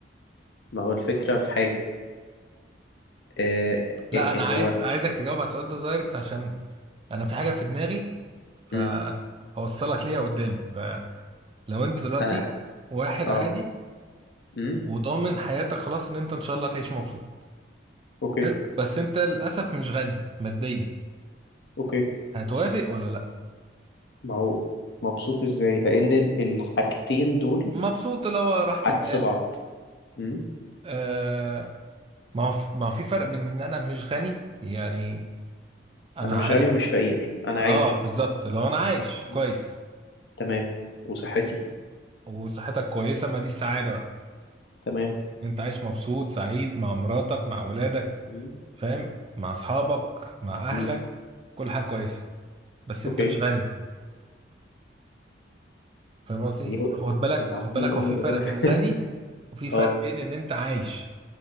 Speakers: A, on the left; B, on the right.
A: ما هو الفكرة في حاجة آه
B: لا
A: إيه
B: انا
A: إيه
B: عايز
A: هو
B: عايزك تجاوب على السؤال ده دايركت عشان انا في حاجه في دماغي فهوصلك
A: امم
B: ليها قدام فلو انت دلوقتي
A: انا
B: واحد
A: اه
B: عادي
A: امم
B: وضامن حياتك خلاص ان انت ان شاء الله تعيش مبسوط
A: اوكي
B: حلو بس انت للاسف مش غني ماديا
A: اوكي
B: هتوافق ولا لا
A: ما هو مبسوط ازاي لان ال- الحاجتين دول
B: مبسوط لو راحة
A: عكس
B: البال
A: بعض امم
B: آه ما هو ما هو في فرق بين ان انا مش غني يعني انا
A: انا مش
B: عارف
A: غني ومش فقير انا
B: اه
A: عادي
B: بالظبط لو انا عايش
A: مم.
B: كويس
A: تمام وصحتي
B: وصحتك كويسة ما دي السعادة بقى
A: تمام
B: ان انت عايش مبسوط سعيد مع مراتك مع ولادك
A: مم.
B: فاهم مع اصحابك مع اهلك
A: مم.
B: كل حاجة كويسة بس انت
A: اوكي
B: مش غني فاهم قصدي
A: يو-
B: خد بالك
A: يعني
B: خد
A: عابدين
B: بالك
A: ام
B: هو في
A: الغنى
B: فرق بين
A: <laughs>
B: غني وفي فرق
A: اه
B: بين ان انت عايش